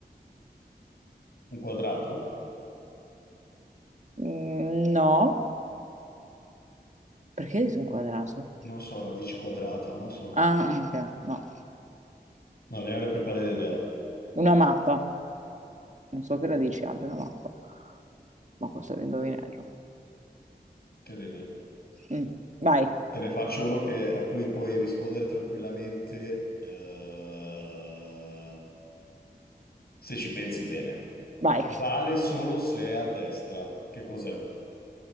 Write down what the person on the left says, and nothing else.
un quadrato?
Non so, radice quadrata, non so.
Non ne ho la più pallida idea.
Terribile.
Te ne faccio uno che- a cui puoi rispondere tranquillamente, eh, se ci pensi bene.
Vale solo se è a destra. Che cos'è?